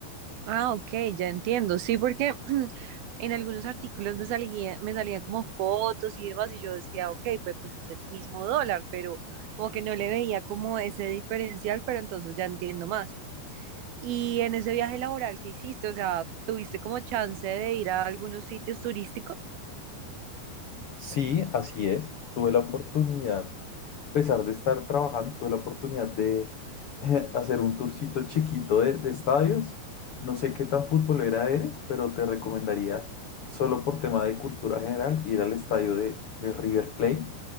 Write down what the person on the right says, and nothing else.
Ah, ok, ya entiendo. Sí, porque <clears throat> en algunos artículos me salía, me salían como fotos y demás, y yo decía, ok, pues, pues es el mismo dólar, pero como que no le veía como ese diferencial, pero entonces ya entiendo más. Y en ese viaje laboral que hiciste, o sea, ¿tuviste como chance de ir a algunos sitios turísticos?